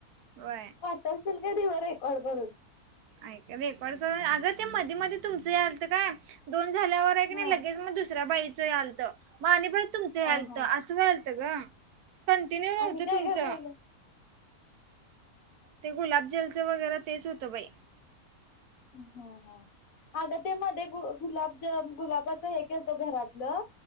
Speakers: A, on the right (about 80°); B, on the left (about 65°).
A: वय.
B: ठेवशल का नाही ब रेकॉड करून.
A: ऐ रेकॉर्ड करून, अगं ते मध्ये मध्ये तुमचं यालतं काय, दोन झाल्यावर की नाही
B: हा.
A: लगेच मग दुसऱ्या बाईचं आलतं मग आणी परत तुमचं यालतं,,,
B: अ हा
A: असं व्यालतं ग, कंटिन्यू नव्हतं
B: आणि काय
A: तुमचं.
B: काय बोललो
A: ते गुलाबजलचं वगैरा तेच होतं बाई.
B: हा हा, अग ते मध्ये गु गुलाबज गुलाबाच हे केलतो घरातलं